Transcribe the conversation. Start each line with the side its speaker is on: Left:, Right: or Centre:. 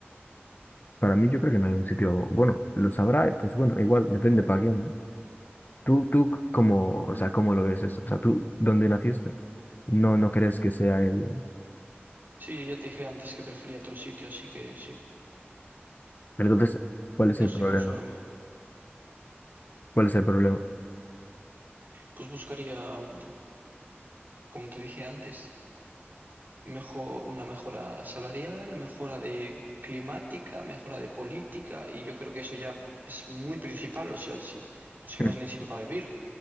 Left: Para mí yo creo que no hay un sitio, bueno, lo sabrá, y pues bueno, igual, depende para quién, ¿no? Tú, tú, ¿cómo, o sea, cómo lo ves eso? O sea, tú, ¿dónde naciste? No, no crees que sea él.
Right: Sí, yo ya te dije antes que prefería otro sitio, así que sí,
Left: Pero Entonces, ¿cuál es
Right: no
Left: el
Right: estoy
Left: problema?
Right: conforme.
Left: ¿Cuál es el problema?
Right: Pues buscaría, mm, como te dije antes. mejor, una mejora salarial, mejora de climática, mejora de política, y yo creo que eso ya es muy principal, o sea, si, los que
Left: Mm.
Right: más necesito para vivir.